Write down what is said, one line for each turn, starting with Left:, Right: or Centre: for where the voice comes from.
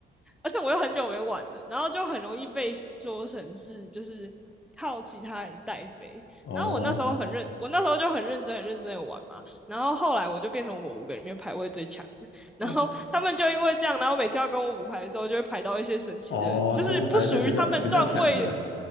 Centre: 而且我又很久没玩了，然后就很容易被说成是就是靠其他人带飞。
Left: 哦
Centre: 然后我那时候很认，我那时候就很认真、很认真的玩嘛。然后后来我就变成我们五个里面排位最强的，
Left: 哦
Centre: 然后他们就因为这样，然后每次要跟我五排的时候，就会排到一些神奇的，
Left: 哦，
Centre: 就是不属于他们段位，
Left: 就是排一些比较比较强的，